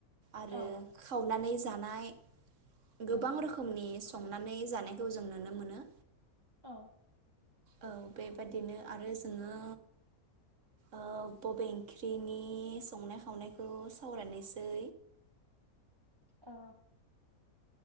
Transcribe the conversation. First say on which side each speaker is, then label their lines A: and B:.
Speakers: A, on the right (about 60°); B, on the right (about 15°).
A: आरो
B: औ
A: खाव नानै जानाय। गोबां
B: नंगौ
A: रोखोमनि संनानै जानायखौ जों नुनो मोनो।
B: औ
A: औ बेबादिनो आरो जोङो ओ बबे ओंख्रिनि संनाय खावनायखौ सावरायनायसै।
B: ओ